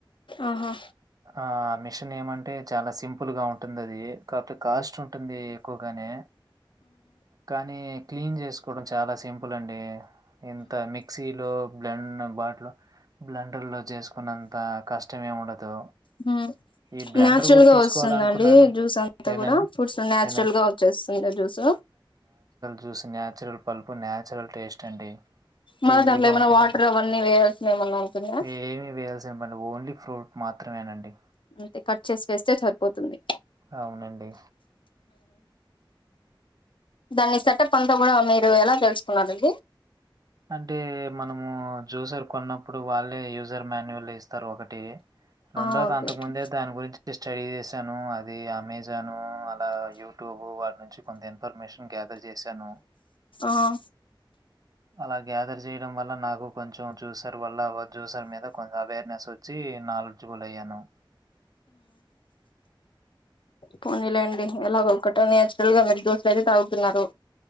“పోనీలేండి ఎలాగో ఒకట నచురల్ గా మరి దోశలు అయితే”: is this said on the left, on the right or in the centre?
Left